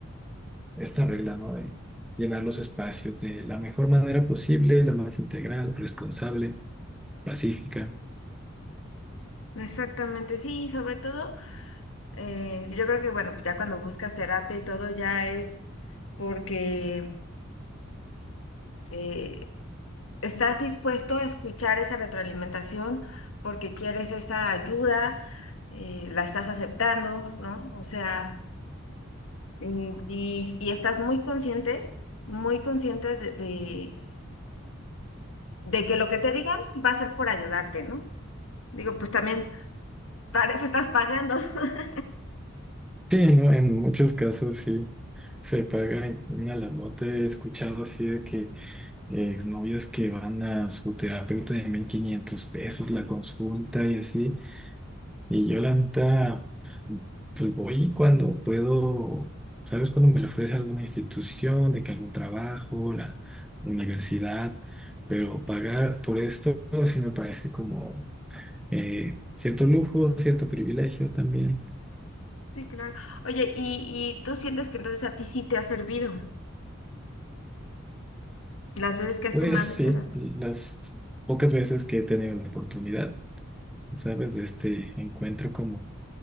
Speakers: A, in the centre; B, on the left.
A: esta regla, ¿no? De llenar los espacios de la mejor manera posible, la más integral, responsable Pacífica.
B: Exactamente, sí, sobre todo, eh, yo creo que bueno, pues ya cuando buscas terapia y todo ya es porque... eh, Estás dispuesto a escuchar esa retroalimentación porque quieres esa ayuda, eh, la estás aceptando, ¿no? O sea, mm, y, y estás muy consciente, muy consciente de, de, de que lo que te digan va a ser por ayudarte, ¿no? Digo, pues también para eso estás pagando. <laughs>
A: Sí, ¿no? En muchos casos sí se paga una la nota. He escuchado así de que eh, novios que van a su terapeuta de 1500 pesos la consulta y así. Y yo la neta, pues voy cuando puedo, ¿sabes? Cuando me lo ofrece alguna institución, de que algún trabajo, la universidad, pero pagar por esto sí me parece como eh, cierto lujo, cierto privilegio también.
B: Sí, claro. Oye, y, y tú sientes que entonces a ti sí te ha servido las veces que has
A: Pues
B: tomado
A: sí,
B: terapia.
A: las pocas veces que he tenido la oportunidad, ¿sabes? De este encuentro como,